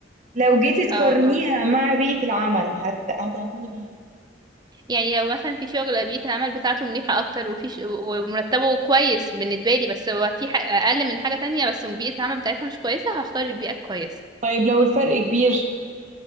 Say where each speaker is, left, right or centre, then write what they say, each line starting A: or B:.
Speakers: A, on the right; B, on the right.
A: لو جيتي تقارنيها
B: اه اه
A: مع بيئة العمل هت... هتعملي ايه؟
B: يعني لو مثلا في شغل بيئه العمل بتاعته مريحه اكتر وفي ش... ومرتبه كويس بالنسبه لي بس هو في ح... اقل من حاجه تانية بس بيئه العمل بتاعتها مش كويسه هختار البيئه الكويسه
A: طيب لو الفرق كبير